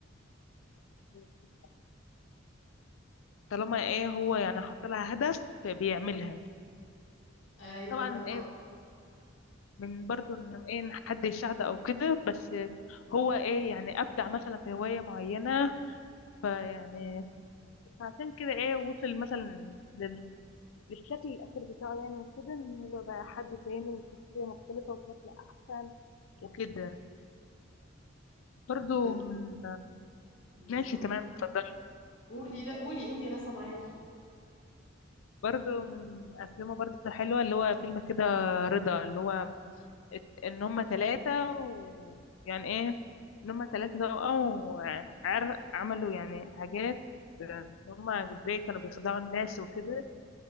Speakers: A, on the left; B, on the left.
A: ده طالما ايه هو يعني حاط لها هدف بيعملها
B: ايوه
A: طبعا
B: ما انا بق...
A: ايه من برضو ان ايه إن حد يساعده او كده بس هو ايه يعني ابدع مثلا في هواية معينة فيعني فعشان كده ايه وصل مثلا لل... للشكل الأخير بتاعه يعني كده إن هو بقى حد تاني وشخصية مختلفة وشكل أحسن وكده برضو
B: ب...
A: من
B: بالظبط
A: ماشي تمام اتفضل
B: قولي لا قولي قولي انا سامعاكي
A: برضو من افلامه برضو حلوة اللي هو فيلم كده رضا اللي هو ات- ان هم ثلاثة ويعني ايه ان هم ثلاثة توأم وعر عملوا يعني حاجات آه، ان هم ازاي كانوا بيخدعوا الناس وكده